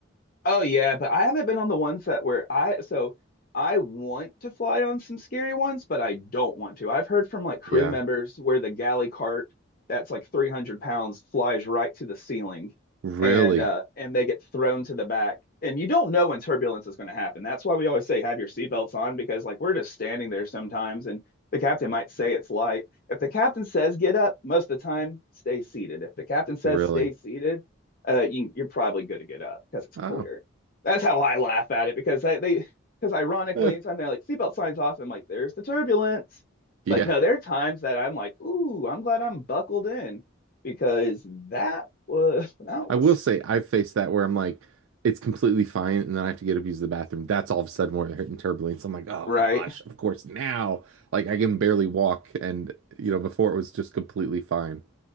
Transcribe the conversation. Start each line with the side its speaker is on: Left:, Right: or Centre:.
Left: Oh yeah, but I haven't been on the ones that where I so I want to fly on some scary ones, but I don't want to. I've heard from like crew
Right: Yeah.
Left: members where the galley cart that's like 300 pounds flies right to the ceiling
Right: Really?
Left: and uh and they get thrown to the back. And you don't know when turbulence is going to happen. That's why we always say have your seatbelts on because like we're just standing there sometimes and the captain might say it's light. If the captain says get up, most of the time stay seated. If the captain says
Right: Really?
Left: stay seated, uh, you, you're probably good to get up because it's
Right: Oh.
Left: clear. That's how I laugh at it because I, they, because ironically,
Right: Eh.
Left: anytime they're like seatbelt signs off, I'm like, there's the turbulence.
Right: Yeah.
Left: But no, there are times that I'm like, ooh, I'm glad I'm buckled in because that was that
Right: I
Left: was
Right: will say I've faced that where I'm like, it's completely fine, and then I have to get up to use the bathroom. That's all of a sudden where they're hitting turbulence. I'm like, oh
Left: right.
Right: gosh, of course now. Like I can barely walk, and you know, before it was just completely fine.